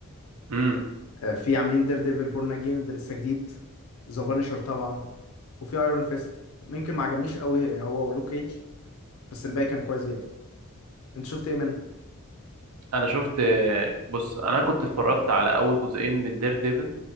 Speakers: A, on the right; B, on the left.
A: امم
B: آه في عاملين دير ديفل بورن اجين ده لسه جديد ذا بانشر طبعا وفي ايرون فيست ممكن ما عجبنيش قوي هو ولوك كيج بس الباقي كان كويس جدا انت شفت ايه منه
A: انا شفت بص انا كنت اتفرجت على اول جزئين من دير ديفل